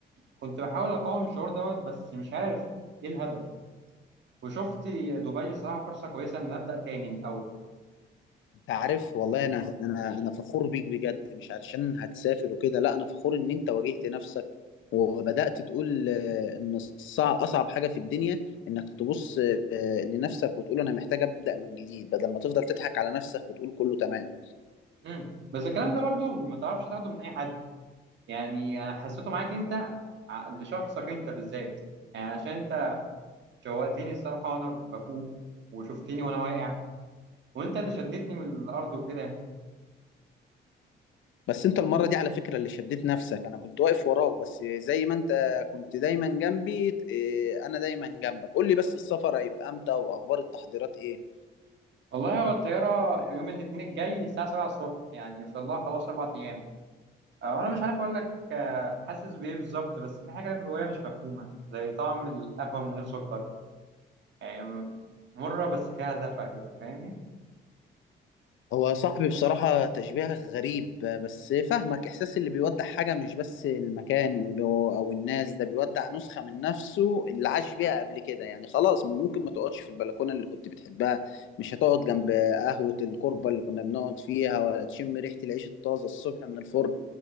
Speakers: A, on the right; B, on the left.
A: كنت بحاول أقاوم الشعور دوت بس مش عارف إيه الهدف وشفت دبي صراحة فرصة كويسة إن أبدأ تاني من الأول
B: انت عارف والله انا انا انا فخور بيك بجد مش علشان هتسافر وكده لا انا فخور ان انت واجهت نفسك وبدأت تقول آه، ان الصعب اصعب حاجة في الدنيا انك تبص آه، لنفسك وتقول انا محتاج أبدأ من جديد بدل ما تفضل تضحك على نفسك وتقول كله تمام
A: مم. بس الكلام ده برضو ما تعرفش تاخده من أي حد يعني انا حسيته معاك انت ع- لشخصك انت بالذات يعني عشان انت شوقتني الصراحه وانا بفوق وشفتني وانا واقع وانت اللي شدتني من الارض وكده يعني.
B: بس انت المرة دي على فكرة اللي شديت نفسك انا كنت واقف وراك بس زي ما انت كنت دايما جنبي آه، انا دايما جنبك قول لي بس السفر هيبقى امتى واخبار التحضيرات ايه
A: والله هو الطياره يوم الاثنين الجاي الساعه 7 الصبح يعني في الله خلاص اربع ايام آه، وانا مش عارف اقول لك آه، حاسس بايه بالظبط بس في حاجه جوايا مش مفهومه زي طعم القهوه من غير سكر يعني مره بس فيها دفى كده فاهمني
B: هو صاحبي بصراحة تشبيه غريب بس فاهمك إحساس اللي بيودع حاجة مش بس المكان ب- أو الناس ده بيودع نسخة من نفسه اللي عاش بيها قبل كده يعني خلاص ممكن ما تقعدش في البلكونة اللي كنت بتحبها مش هتقعد جنب قهوة الكربة اللي كنا بنقعد فيها ولا تشم ريحة العيش الطازة الصبح من الفرن